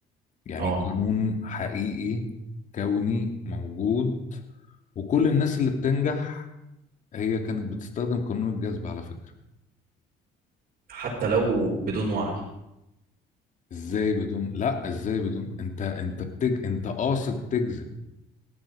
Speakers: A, on the left (about 50°); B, on the right (about 60°).
A: يعني
B: اه
A: قانون حقيقي كوني موجود وكل الناس اللي بتنجح هي كانت بتستخدم قانون الجذب على فكرة
B: حتى لو بدون وعي
A: ازاي بدون لا ازاي بدون انت انت بتج انت قاصد تجذب